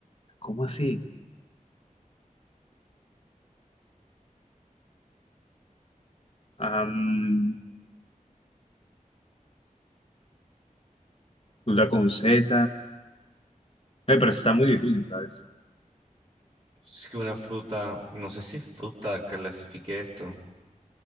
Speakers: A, on the left (about 45°); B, on the right (about 40°).
A: ¿Cómo así? Am, duda con Z. Eh, pero está muy difícil, ¿sabes?
B: Es que una fruta. No sé si fruta clasifique esto.